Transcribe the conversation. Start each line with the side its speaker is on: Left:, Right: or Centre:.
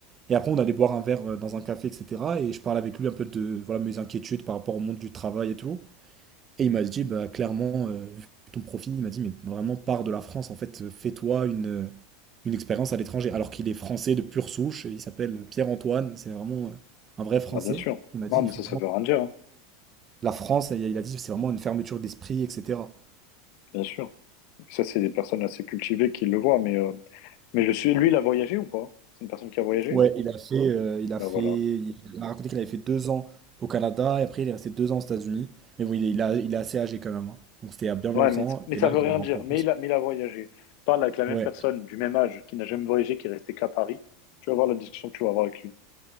Right: Et après, on allait boire un verre euh, dans un café, etc. Et je parlais avec lui un peu de voilà, mes inquiétudes par rapport au monde du travail et tout. Et il m'a dit, bah, clairement, euh, vu ton profil, il m'a dit, mais vraiment, pars de la France, en fait, euh, fais-toi une, euh, une expérience à l'étranger. Alors qu'il est français de pure souche, il s'appelle Pierre-Antoine, c'est vraiment euh, un vrai français.
Left: bah, bien sûr.
Right: Il m'a
Left: Non,
Right: dit,
Left: mais
Right: il faut-
Left: ça, ça veut rien dire, hein.
Right: la France, il a il a dit, c'est vraiment une fermeture d'esprit, etc.
Left: Bien sûr. Ça, c'est des personnes assez cultivées qui le voient, mais, euh, mais je suis, lui, il a voyagé ou pas? C'est une personne qui a voyagé?
Right: Ouais, il a fait, euh, il a
Left: Ben
Right: fait,
Left: voilà.
Right: il m'a raconté qu'il avait fait deux ans au Canada, et après, il est resté deux ans aux États-Unis. Mais bon, il est, il a, il est assez âgé quand même. hein. Donc, c'était il y a bien longtemps,
Left: Ouais, mais, mais
Right: et
Left: ça
Right: là,
Left: veut
Right: il
Left: rien
Right: est rentré
Left: dire.
Right: en
Left: Mais
Right: France.
Left: il a, mais il a voyagé. Parle avec la même
Right: Ouais,
Left: personne du même âge qui n'a jamais voyagé, qui est restée qu'à Paris. Tu vas voir la discussion que tu vas avoir avec lui.